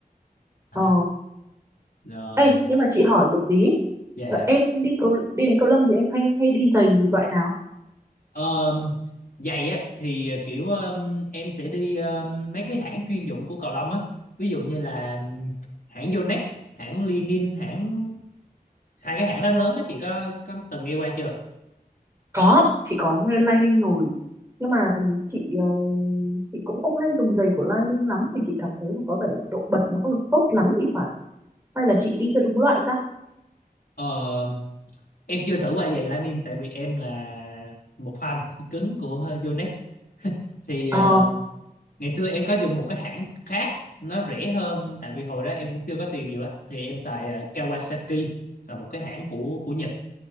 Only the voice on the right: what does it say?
ờ
ấy nhưng mà chị hỏi một tí
Ờ, em đi cầu đi đánh cầu lông thì em hay hay đi giày loại nào
Có, chị có nghe Lining rồi. Nhưng mà chị ờ, chị cũng không hay dùng giày của Lining lắm vì chị cảm thấy là có vẻ là độ bật nó không được tốt lắm thì phải. Hay là chị đi chưa đúng loại ta?
Ờ,